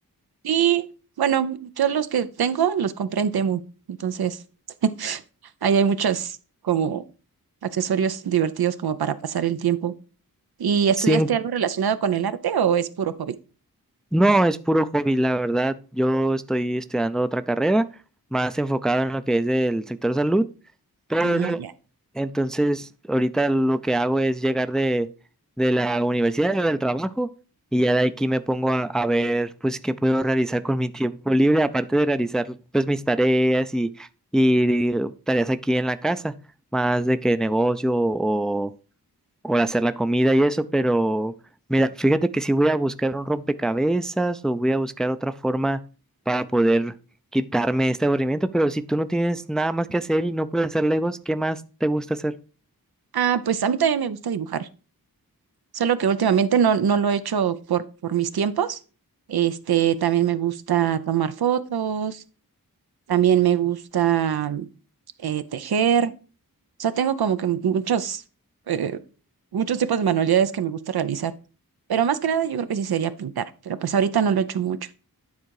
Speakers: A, on the right; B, in the centre.
A: sí. Bueno, yo los que tengo los compré en Temu. Entonces, Ahí hay muchas como accesorios divertidos como para pasar el tiempo. ¿Y estudiaste
B: Sí,
A: algo relacionado con el arte o es puro hobby?
B: no, es puro hobby, la verdad. Yo estoy estudiando otra carrera, más enfocado en lo que es el sector salud. Pero
A: Ah, ya.
B: entonces ahorita lo que hago es llegar de, de la universidad o del trabajo y ya de aquí me pongo a, a ver pues qué puedo realizar con mi tiempo libre, aparte de realizar pues mis tareas y, y tareas aquí en la casa, más de que negocio o o hacer la comida y eso, pero mira, fíjate que si voy a buscar un rompecabezas o voy a buscar otra forma para poder quitarme este aburrimiento, pero si tú no tienes nada más que hacer y no puedes hacer Legos, ¿qué más te gusta hacer?
A: Ah, pues a mí también me gusta dibujar, solo que últimamente no, no lo he hecho por, por mis tiempos. Este, también me gusta tomar fotos, también me gusta mm, eh, tejer. O sea, tengo como que muchos, eh, muchos tipos de manualidades que me gusta realizar. Pero más que nada yo creo que sí sería pintar, pero pues ahorita no lo he hecho mucho.